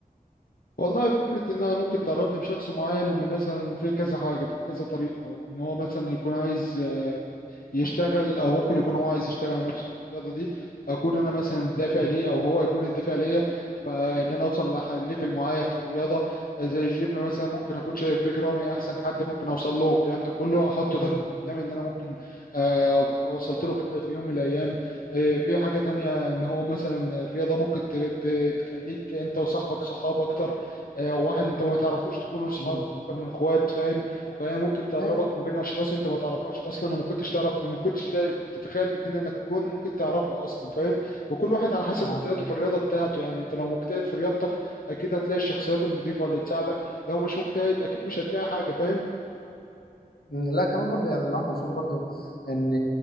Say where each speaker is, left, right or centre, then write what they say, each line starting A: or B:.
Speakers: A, on the left; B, on the left.
A: والله فكرة إن أنا ممكن تقربني بشخص معين إن مثلا في كذا حاجة في كذا طريقة إن هو مثلا يكون عايز يشتغل او ممكن يكون هو عايز يشتغل على نفسه في الرياضه دي اكون انا مثلا الدافع
B: مم.
A: ليه او هو يكون الدافع ليا فان انا اوصل لليفل معين في الرياضه زي الجيم مثلا ممكن اكون شايف بيج رامي احسن حد ممكن اوصل له الكلام ده كله احطه
B: مم.
A: دافع قدامي ان انا ممكن آه، ابقى وصلت له في في يوم من الايام آه، في حاجه تانية ان هو مثلا الرياضه ممكن ت- ت- تخليك انت وصاحبك صحاب اكتر آه، واحد انت ما تعرفوش تكونوا صحاب
B: مم.
A: اكتر من اخوات فاهم فهي ممكن تقربك
B: ايوه
A: من بين اشخاص انت ما تعرفهاش اصلا وما كنتش تعرف وما كنتش تا- تتخيل في الدنيا انك تكون ممكن تعرفها اصلا فاهم وكل واحد على حسب
B: اه
A: اجتهاده في الرياضه بتاعته يعني انت لو مجتهد في رياضتك اكيد هتلاقي الشخصيات النظيفه اللي تساعدك لو مش مجتهد اكيد مش هتلاقي حاجه فاهم
B: مم، لا كمان برضه يعني الواحد بيشوف برضه ان